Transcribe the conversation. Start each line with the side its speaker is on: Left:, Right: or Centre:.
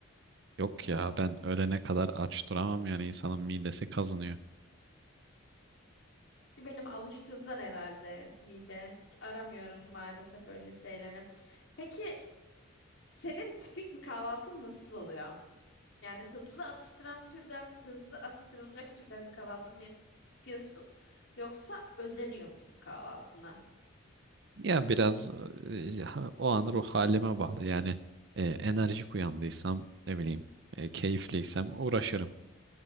Right: Yok ya ben öğlene kadar aç duramam yani insanın midesi kazınıyor.
Left: Benim alıştığından herhalde mide. Hiç aramıyorum maalesef öyle şeyleri. Peki senin tipik bir kahvaltın nasıl oluyor? Yani hızlı atıştıran türden, hızlı atıştırılacak türden bir kahvaltı mı yapıyorsun? Yoksa özeniyor musun kahvaltına?
Right: Ya biraz e, ha- o an ruh halime bağlı. Yani e, enerjik uyandıysam ne bileyim e, keyifliysem uğraşırım.